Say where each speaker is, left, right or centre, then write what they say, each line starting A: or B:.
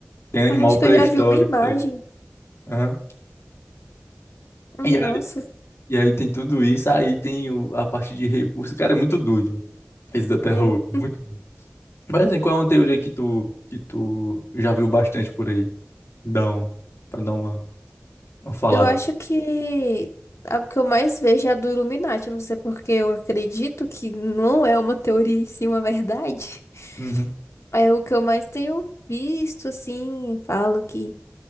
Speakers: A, on the left; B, on the left.
A: tem animal
B: acho que
A: pré-histórico,
B: eu já vi uma imagem.
A: tá ligado? Aham.
B: Hum,
A: E
B: Nossa.
A: E aí tem tudo isso, aí tem o- a parte de recurso. Cara, é muito doido, velho, esse da Terra
B: Hum,
A: Oca, muito doido. Mas assim, qual é uma teoria que tu, que tu já viu bastante por aí? Dá um, pra dar uma, uma falada.
B: Eu acho que a que eu mais vejo é a do Illuminati. Não sei porque eu acredito que não é uma teoria e sim uma verdade. <laughs>
A: Uhum,
B: É o que eu mais tenho visto, assim, falo que.